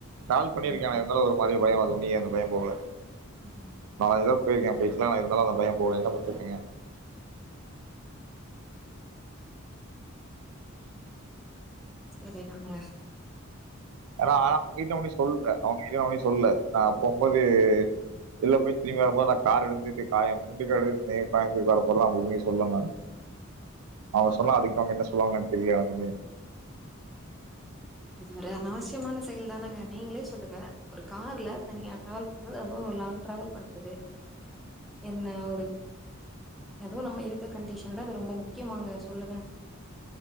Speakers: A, on the right; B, in the centre.
A: கால் பண்ணிருக்கோனா
B: ம்
A: மாரியே பயம் உன்னி அந்த பயோ போகல
B: ம்
A: <unintelligible> போயிருக்கே வீட்டு்லா இருந்தாலு அந்த பயம் போல என்ன பண்ணுறதுங்க
B: செரி ம்
A: ஏனா வீட்ல போய் சொல்ற அவங்க வீட்ல போய் சொல்ல நா போம்போது வெள்ல போய் திரும்பி வரும்போது நா கார் எடுத்துட்டு கா எ ஃப்ரெண்டு கார் எடுத்துட்டு தனியா கோயமுத்தூருக்கு வர போறன்ல நா ஒண்ணுமே சொல்ல நானு அவுங்க சொன்னா அதுக்கு அவுங்க என்ன சொல்லுவாங்கனு எனக்கு தெரியு எனக்குமே
B: இது ஒரு அனாவசியமான செயல் தானங்க நீங்களே சொல்லுங்க ஒரு கார்ல தனியா டிராவல் பண்றது அதுவு ஒரு லாங் டிராவல் பண்றது என்ன ஒரு எதுவு நம்ம இருக்க கண்டிஷன்ல அது ரொம்ப முக்கியமாங்க சொல்லுங்க